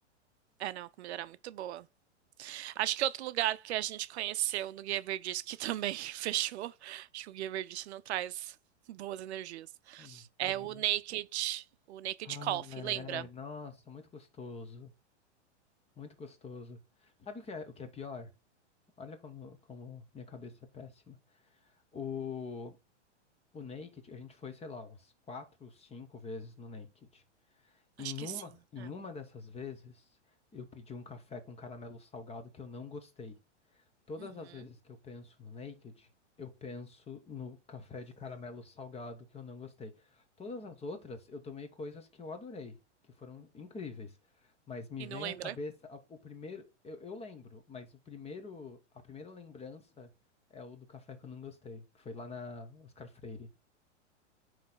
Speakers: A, on the right; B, on the left.
A: É, não, a comida era muito boa. Acho que outro lugar que a gente conheceu no Guia Verdice, que também <laughs> fechou, acho que o Guia Verdice não traz boas energias,
B: Hum, bom,
A: é o
B: né?
A: Naked, o Naked
B: Ah,
A: Coffee, lembra?
B: é, nossa, muito gostoso, muito gostoso. Sabe o que é, o que é pior? Olha como, como minha cabeça é péssima. O, o Naked, a gente foi, sei lá, umas quatro, cinco vezes no Naked.
A: Acho
B: Em
A: que
B: uma,
A: sim.
B: em
A: É.
B: uma dessas vezes, eu pedi um café com caramelo salgado que eu não gostei. Todas
A: Uhum.
B: as vezes que eu penso no Naked, eu penso no café de caramelo salgado que eu não gostei. Todas as outras, eu tomei coisas que eu adorei, que foram incríveis. Mas me
A: E
B: vem
A: não lembra?
B: à cabeça a- o primeiro, eu, eu lembro, mas o primeiro, a primeira lembrança é o do café que eu não gostei, que foi lá na Oscar Freire.